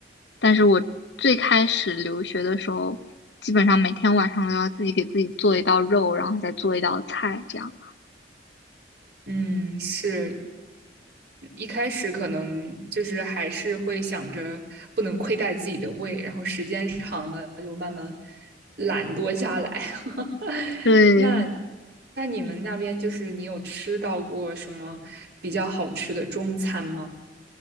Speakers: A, on the left; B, on the right.
A: 但是我最开始留学的时候，基本上每天晚上都要自己给自己做一道肉，然后再做一道菜，这样。
B: 嗯，是，一开始可能就是还是会想着不能亏待自己的胃，然后时间长了就慢慢懒惰下来。<laughs>
A: 对，
B: 那那你们那边就是你有吃到过什么比较好吃的中餐吗？